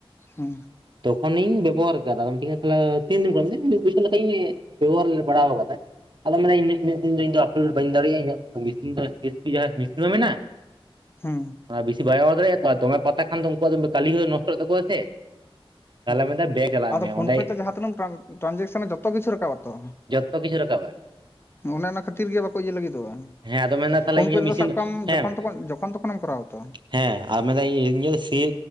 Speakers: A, on the left; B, on the right.
A: ᱦᱩᱸ
B: ᱛᱚᱠᱷᱚᱱᱤᱧ ᱵᱮᱵᱚᱦᱟᱨ ᱟᱠᱟᱫᱟ ᱟᱢᱮ ᱛᱤᱱ ᱫᱤᱱ ᱠᱚᱟᱨ ᱢᱤᱫ ᱵᱩᱭᱥᱟᱹ ᱞᱮᱠᱷᱟ ᱤᱧ ᱵᱮᱵᱷᱟᱨ ᱵᱲᱟᱟᱣᱫᱟ ᱟᱫᱚᱢ ᱢᱮᱱᱟ ᱤᱱᱟᱹᱜ ᱫᱤᱱ ᱫᱚ ᱤ ᱟᱯ ᱴᱩ ᱴᱵᱟᱹ ᱫᱟᱲᱮᱭᱟᱜᱼᱟ ᱤᱧᱤᱥᱤᱱ ᱮᱥ ᱯᱤ ᱡᱟᱦᱟᱸ ᱢᱤᱥᱤᱱ ᱦᱚᱸ ᱢᱮᱱᱟᱜᱼᱟ <unintelligible>
A: ᱦᱮᱸ
B: ᱟᱨ ᱵᱮᱥᱤ ᱵᱟᱭ ᱮᱟᱣ ᱫᱟᱲᱮᱭᱟᱜᱼᱟ ᱛᱚ ᱟᱨ ᱫᱚᱢᱮ ᱯᱟᱛᱟ ᱠᱷᱟᱱ ᱫᱚ ᱩᱱᱠᱩᱣᱟᱜ ᱠᱟᱹᱞᱤ ᱦᱚᱸ ᱱᱚᱥᱴᱚᱜ ᱛᱟᱠᱚᱣᱟ ᱥᱮ ᱛᱟᱦᱚᱞᱮ
A: ᱦᱮᱸ
B: ᱢᱮᱱᱫᱟ ᱵᱮᱝᱠ ᱪᱟᱞᱟᱜ
A: ᱟᱫᱚ
B: ᱢᱮ
A: ᱯᱷᱳᱱ
B: ᱚᱸᱰᱮ
A: ᱯᱮ ᱛᱮᱟᱸ ᱛᱤᱱᱟᱹᱜ ᱴᱨᱟᱱᱡᱮᱠᱥᱚᱱ ᱡᱚᱛᱚ ᱠᱤᱪᱷᱩ ᱨᱟᱠᱟᱵ ᱟᱛᱚ
B: ᱛᱚ ᱠᱤᱪᱷᱩ ᱨᱟᱠᱟᱵᱟᱭ
A: ᱚᱱᱮ ᱚᱱᱟ ᱠᱷᱟᱹᱛᱤᱨ ᱜᱮ ᱵᱟᱠᱚ ᱤᱭᱟᱹ ᱞᱟᱹᱜᱤᱫᱚᱜᱼᱟ
B: ᱦᱮᱸ ᱟᱫᱚ ᱢᱮᱱᱫᱟ ᱛᱟᱦᱚᱞᱮ
A: ᱯᱷᱳᱱ
B: ᱤᱧᱟᱹᱜ
A: ᱯᱮ ᱛᱮᱫᱚ
B: ᱢᱮᱥᱤᱱ
A: ᱥᱟᱵ
B: ᱫᱚ
A: ᱠᱟᱜ ᱢᱮ
B: ᱦᱮᱸ
A: ᱡᱚᱠᱷᱚᱱᱚ ᱡᱠᱷᱚᱱ ᱛᱚᱠᱷᱚᱱᱮᱢ ᱠᱚᱨᱟᱣᱟ ᱛᱚ
B: ᱦᱮᱸ ᱟᱨ ᱢᱮᱱᱫᱟᱹᱧ ᱥᱤ